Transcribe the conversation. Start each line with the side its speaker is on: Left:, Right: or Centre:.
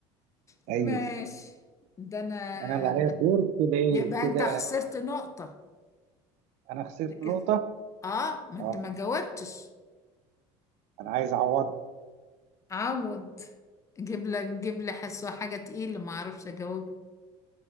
Left: ماشي
Right: أيوه
Left: ده انا
Right: أنا اللي عليا الدور كده إيه
Left: يبقى انت
Right: كده
Left: خسرت نقطة
Right: أنا خسرت
Left: ده كده
Right: نقطة
Left: اه ما
Right: آه
Left: انت ما جاوبتش
Right: أنا عايز أعوضها
Left: عوض جيب لك جيب لي حسوة حاجة تقيلة ما اعرفش اجاوب